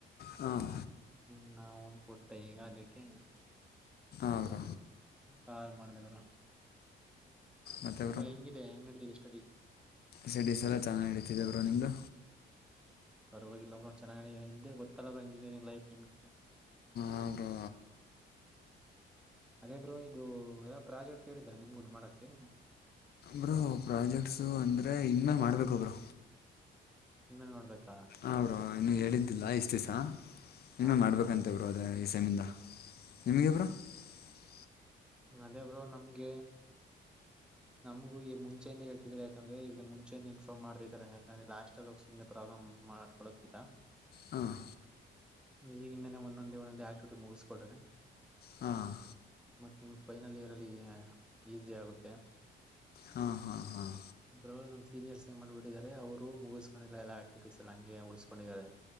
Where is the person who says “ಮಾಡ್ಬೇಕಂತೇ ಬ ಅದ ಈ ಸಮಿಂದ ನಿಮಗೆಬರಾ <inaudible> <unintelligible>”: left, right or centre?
Left